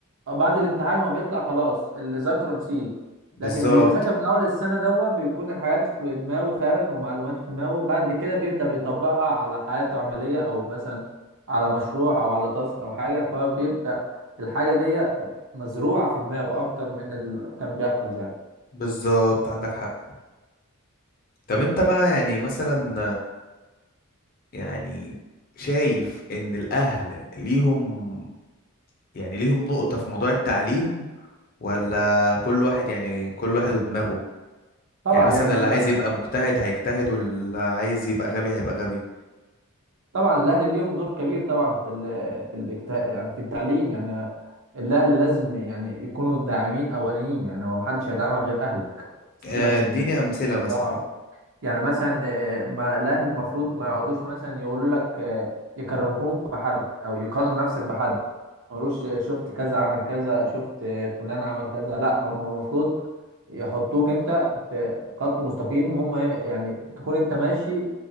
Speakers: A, on the right (about 60°); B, on the left (about 45°).
A: اه بعد الامتحان هو بيطلع خلاص اللي ذاكره نسيه
B: بالظبط
A: لكن اللي بيذاكر من اول السنه دوت بيكون الحاجات في دماغه فعلا ومعلومات في دماغه بعد كده بيبدا بيطبقها على حياته عمليه او مثلا على مشروع او على تاسك او حاجه فبيبدا الحاجه دي مزروعه في دماغه اكتر من اللي كان بيحفظ يعني
B: بالظبط عندك حق طب انت بقى يعني مثلا يعني شايف ان الاهل ليهم يعني ليهم نقطة في موضوع التعليم ولا كل واحد يعني كل واحد ودماغه
A: طبعا
B: يعني مثلا
A: يعني
B: اللي
A: انا
B: عايز يبقى مجتهد هيجتهد واللي عايز يبقى غبي هيبقى غبي
A: طبعا الاهلي ليهم دور كبير طبعا في ال في الاجت- يعني في التعليم يعني الاهلي لازم يعني يكونوا داعمين اوليين يعني هو محدش هيدعمك غير اهلك سيبك
B: آه، اديني
A: من
B: امثلة مثلا
A: الواقع يعني مثلا آه، ما الاهلي المفروض ما يقعدوش مثلا يقولوا لك آه، يكرهوك بحد او يقارنوا نفسك بحد ما يقولوش آه، شفت كذا عمل كذا شفت آه، فلان عمل كذا لا هم المفروض يحطوك انت في خط مستقيم هم يعني تكون انت ماشي